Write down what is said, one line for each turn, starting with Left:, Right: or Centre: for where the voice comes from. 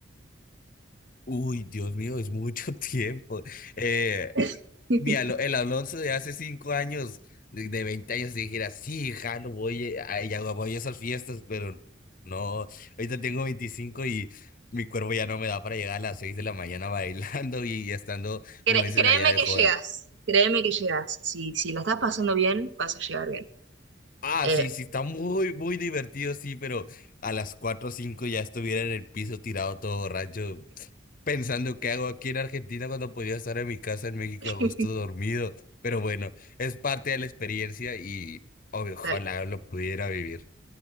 Left: Uy, Dios mío, es mucho <laughs> tiempo. Eh,
Right: <laughs>
Left: mi Alo- el Alonso de hace cinco años, de, de 20 años, si dijera, sí, ja, no voy a, ya voy a esas fiestas, pero no, ahorita tengo 25 y mi cuerpo ya no me da para llegar a las 6 de la mañana <laughs> bailando y estando,
Right: Cre-
Left: como dicen
Right: créeme
Left: allá de
Right: que
Left: joda.
Right: llegas, créeme que llegas. Si, si la estás pasando bien, vas a llegar bien.
Left: Ah,
Right: Eh,
Left: sí, sí, está muy, muy divertido, sí, pero a las 4 o 5 ya estuviera en el piso tirado todo borracho, pensando qué hago aquí en Argentina cuando podía estar en mi casa en México
Right: <laughs>
Left: a gusto dormido. Pero bueno, es parte de la experiencia y obvio, ojalá
Right: dale.
Left: lo pudiera vivir.